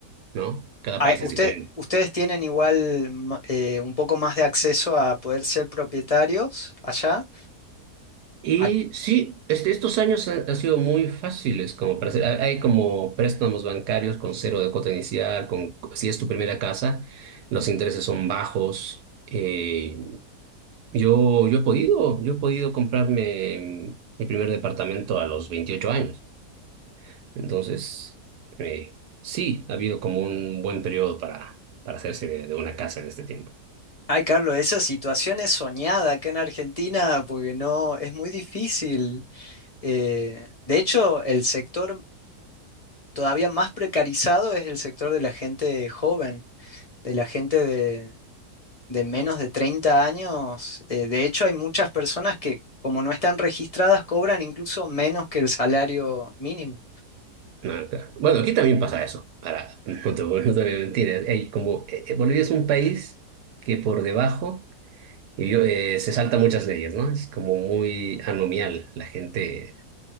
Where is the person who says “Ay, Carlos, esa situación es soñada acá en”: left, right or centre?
Left